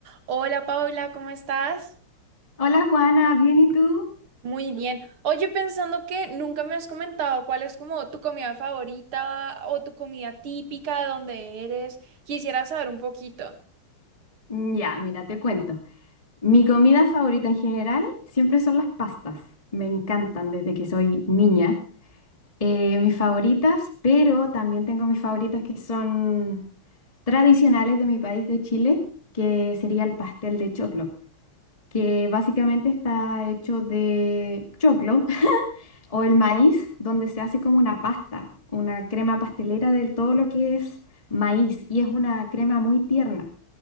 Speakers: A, on the right; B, on the left.
A: Hola Paula, ¿cómo estás?
B: Hola Juana, ¿bien y tú?
A: Muy bien. Oye, pensando que nunca me has comentado cuál es como tu comida favorita o tu comida típica de donde eres, quisiera saber un poquito.
B: Mm, Ya, mira, te cuento. Mi comida favorita en general siempre son las pastas. Me encantan desde que soy niña. Eh, mis favoritas, pero también tengo mis favoritas que son tradicionales de mi país de Chile, que sería el pastel de choclo, que básicamente está hecho de choclo <laughs> o el maíz, donde se hace como una pasta, una crema pastelera de todo lo que es maíz y es una crema muy tierna.